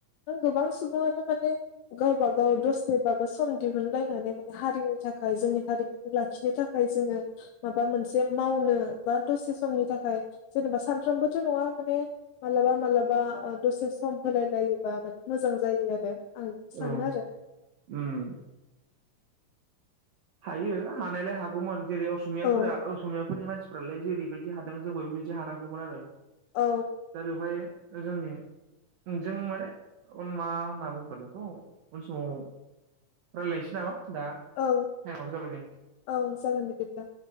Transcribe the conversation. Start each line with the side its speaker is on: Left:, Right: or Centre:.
Left: नों गोबां सुबुङानो माने गावब गाव दसेबाबो सम दिहुनलायनानै हारिनि थाखाय जोंनि हारिमुखौ लाखिनो थाखाय जोङो माबा मोनसे मावनो बा दसे समनि थाखाय जेनेबा सानफ्रामबोथ नङा माने मालाबा मालाबा दसे सम होलाय लाय बा मोजां जायो आरो आं सानो
Right: औ
Left: आरो
Right: उम हायो हानायलाय हागौमोन जेरै असमियाफोरा
Left: औ
Right: असमियाफोरनि मानसिफोरालाय जेरैबायदि बिदि हादों जोंबो बेबायदि हानांगौमोन आरो
Left: औ
Right: दा बेयावहाय जोंनि जों माने ओ मा होनना बुंगोन बेखौ उन समाव राय्लायनोसै नामा दा
Left: औ
Right: टाइमाबो जाबाय नै
Left: औ जागोन बिदिब्ला।